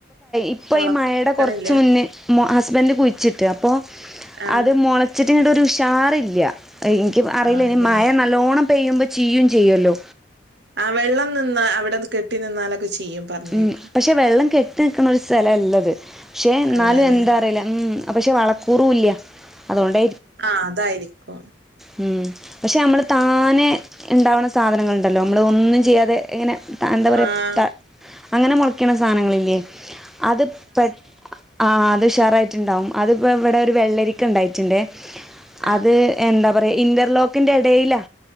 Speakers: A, in the centre; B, on the right (about 60°).
A: ഇപ്പ
B: മൊളക്കണില്ല
A: ഈ മഴയുടെ കുറച്ച് മുന്നേ ഹസ്ബൻഡ് കുഴിച്ചിട്ട് അപ്പൊ
B: ആഹ്
A: അത് മുളച്ചിട്ടിനട്ട ഒരു ഉഷാറില്ല എനിക്ക് അറിയില്ല
B: ആണല്ലേ
A: ഇനി മഴ നല്ലോണം പെയ്യുമ്പോ ചീയും ചെയ്യുമല്ലോ
B: ആ വെള്ളം നിന്ന് അവിടെന്ന് കെട്ടി നിന്നാലൊക്കെ ചെയ്യും പറഞ്ഞേക്കാം
A: ഉം പക്ഷെ വെള്ളം കെട്ടി നിക്കണ ഒരു സ്ഥലല്ലത് പക്ഷെ എന്നാലും
B: അല്ലല്ലേ
A: എന്താ അറിയില്ല ഉ ആ പക്ഷേ വളക്കൂറുമ ഇല്ല അതുകൊണ്ട്
B: ആ അതായിരിക്കും
A: മ പക്ഷെ നമ്മൾ താനെ ഉണ്ടാവുന്ന സാധനങ്ങൾുണ്ടല്ലോ നമ്മൾ ഒന്നും ചെയ്യാതെ ഇങ്ങനെ എന്താ പറയ
B: ആഹ്
A: അങ്ങനെ മുറിക്കണ സാധനങ്ങളില്ലേ അത് പെ ആ അത് ഷറായി ണ്ടാവും അത് ഇവിടെ ഒരു വെള്ളരിക്ക ഉണ്ടായിട്ടുണ്ട് അത്
B: ആഹ്
A: എന്താ പറയാ ഇന്റർലോക്കിന്റെ ഇടയിലാ